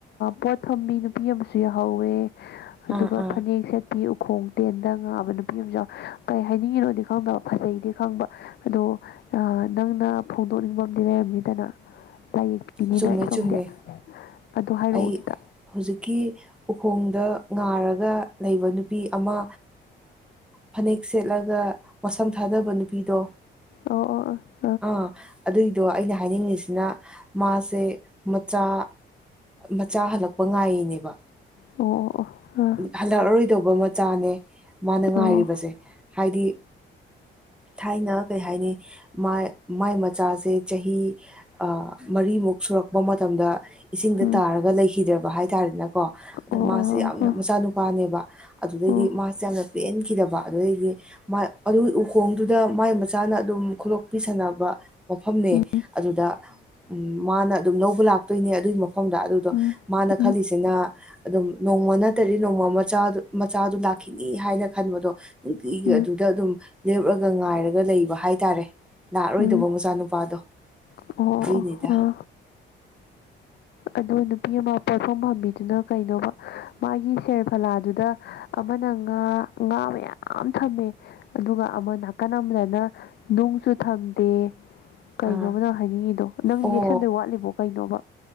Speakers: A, on the left (about 60°); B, in the centre.
A: ꯄꯣꯠ ꯊꯝꯕꯤ ꯅꯨꯄꯤ ꯑꯃ ꯁꯨ ꯌꯥꯎꯍꯧꯋꯦ ꯑꯗꯨꯒ
B: ꯑꯥ ꯑꯥ
A: ꯐꯅꯦꯛ ꯁꯦꯠꯄꯤ ꯈꯣꯡ ꯇꯦꯟꯗ ꯉꯥꯕ ꯅꯨꯄꯤ ꯑꯃꯁꯁꯨ ꯀꯩ ꯍꯥꯏꯅꯤꯡꯉꯤꯅꯣꯗꯤ ꯈꯪꯗꯕ ꯐꯖꯩꯗꯤ ꯈꯪꯕ ꯑꯗꯣ ꯅꯪꯅ ꯐꯣꯡꯗꯣꯛꯅꯤꯡꯕ ꯑꯝ ꯂꯩꯔꯝꯅꯤꯗꯅ ꯂꯥꯏꯌꯦ ꯏꯅꯤꯅꯦ
B: ꯆꯨꯝꯃꯦ
A: ꯑꯩ ꯁꯣꯝꯗꯦ
B: ꯆꯨꯝꯃꯦ
A: ꯑꯗꯣ ꯍꯥꯏꯔꯛꯑꯣ
B: ꯑꯩ
A: ꯑꯝꯇ
B: ꯍꯧꯖꯤꯛꯀꯤ ꯎꯈꯣꯡꯗ ꯉꯥꯔꯒ ꯂꯩꯕ ꯅꯨꯄꯤ ꯑꯃ ꯐꯅꯦꯛ ꯁꯦꯠꯂꯒ ꯋꯥꯁꯝ ꯊꯥꯗꯕ ꯅꯨꯄꯤꯗꯣ
A: ꯑꯣ ꯑꯣ ꯑꯣ
B: ꯑꯥ ꯑꯗꯨꯏꯗꯣ ꯑꯩꯅ ꯍꯥꯏꯅꯤꯡꯉꯤꯁꯤꯅ ꯃꯥꯁꯦ ꯃꯆꯥ ꯃꯆꯥ ꯍꯜꯂꯛꯄ ꯉꯥꯏꯔꯤꯅꯦꯕ
A: ꯑꯣ ꯑꯣ ꯑꯣ
B: ꯍꯜꯂꯛꯑꯔꯣꯏꯗꯧꯕ ꯃꯆꯥꯅꯦ ꯃꯥꯅ ꯉꯥꯏꯔꯤꯕꯁꯦ
A: ꯑꯥ ꯑꯣ ꯑꯥ
B: ꯍꯥꯏꯗꯤ ꯊꯥꯏꯅ ꯀꯩ ꯍꯥꯏꯅꯤ ꯃꯥꯏ ꯃꯆꯥꯁꯦ ꯆꯍꯤ ꯑ ꯃꯔꯤꯃꯨꯛ ꯁꯨꯔꯛꯄ ꯃꯇꯝꯗ ꯏꯁꯤꯡꯗ
A: ꯎꯝ
B: ꯇꯥꯔꯒ ꯂꯩꯈꯤꯗ꯭ꯔꯕ ꯍꯥꯏꯇꯥꯔꯦꯅꯀꯣ ꯑꯗꯣ
A: ꯑꯣ
B: ꯃꯥꯁꯦ
A: ꯑꯣ
B: ꯌꯥꯝꯅ
A: ꯑꯥ ꯑꯣ
B: ꯃꯆꯥꯅꯨꯄꯥꯅꯦꯕ ꯑꯗꯨꯗꯩꯗꯤ
A: ꯎꯝ
B: ꯃꯥꯁꯦ ꯌꯥꯝꯅ ꯄꯦꯟꯈꯤꯗꯕ ꯑꯗꯨꯗꯩꯗꯤ ꯑꯗꯨ ꯎꯍꯣꯡꯗꯨꯗ ꯃꯥꯏ ꯃꯆꯥꯅ ꯑꯗꯨꯝ ꯈꯨꯂꯣꯛꯄꯤꯤ ꯁꯅꯕ ꯃꯐꯝꯅꯦ
A: ꯎꯝ
B: ꯑꯗꯨꯗ ꯎꯝ ꯃꯥꯅ ꯑꯗꯨꯝ ꯂꯧꯕ ꯂꯥꯛꯇꯣꯏꯅꯦ ꯑꯗꯨꯒꯤꯐꯝ ꯃꯣꯐꯝꯗ ꯑꯗꯨꯗꯣ
A: ꯎꯝ ꯎꯝ
B: ꯃꯥꯅ
A: ꯎꯝ
B: ꯈꯜꯂꯤꯁꯤꯅ ꯑꯗꯨꯝ ꯅꯣꯡꯃ ꯐꯠꯇꯗꯤ ꯅꯣꯡꯃ ꯃꯆꯥ ꯃꯆꯥꯗꯨ ꯂꯥꯛꯈꯤꯅꯤ ꯍꯥꯏꯅ ꯈꯟꯕꯗꯣ ꯅꯨꯡꯇꯤꯒꯤ
A: ꯎꯝ
B: ꯑꯗꯨꯗ ꯑꯗꯨꯝ ꯂꯦꯞꯂꯒ ꯉꯥꯏꯔꯒ ꯂꯩꯕ ꯍꯥꯏꯇꯥꯔꯦ ꯂꯥꯛꯑꯔꯣꯏꯗꯕꯣ
A: ꯎꯝ
B: ꯃꯆꯥꯅꯨꯄꯥꯗꯣ
A: ꯑꯣ
B: ꯑꯗꯨꯏꯅꯤꯗ
A: ꯑ ꯑꯗ‌ꯣ ꯅꯨꯄꯤ ꯑꯃ ꯄꯣꯠꯐꯝ ꯐꯝꯕꯤꯗꯨꯅ ꯀꯩꯅꯣꯕ ꯃꯥꯒꯤ ꯁꯦꯔꯐꯂꯥꯗꯨꯗ ꯑꯃꯅ ꯉꯥ ꯉꯥ ꯃꯌꯥꯝ ꯊꯝꯃꯦ ꯑꯗꯨꯒ ꯑꯃ ꯅꯥꯀꯟ ꯑꯃꯗꯅ ꯅꯨꯡꯁꯨ ꯊꯝꯗꯦ ꯀꯩꯅꯣꯕ
B: ꯑꯥ
A: ꯅꯪ ꯍꯥꯏꯅꯤꯡꯉꯤꯗꯣ ꯅꯪ
B: ꯑꯣ
A: ꯌꯦꯛꯁꯟꯗꯣꯏ ꯋꯥꯠꯂꯤꯕꯣ ꯀꯩꯅꯣꯕ